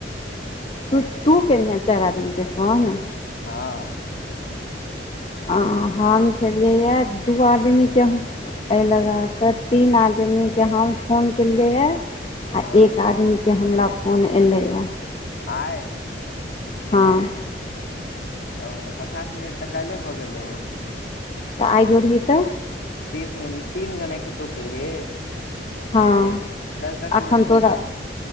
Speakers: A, on the left; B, on the left.
A: तू तू केनिहे चारि आदमीके फोन
B: हँ
A: ह हम खेलियैए दू आदमीके एहि लगा कऽ तीन आदमीकेँ हम फोन केलियैए आ
B: हँ
A: एक आदमीके हमरा फोन अलैए
B: आय
A: हँ
B: ओ तऽ पचास मिनट तऽ काल्हि भऽ गेल रहौ
A: ऽ आईजोड़ ही तऽ
B: तीस मिनट तीन जने के तू केलही
A: हँ
B: दस दस
A: अखन
B: मिनट भेलौ
A: तोड़ा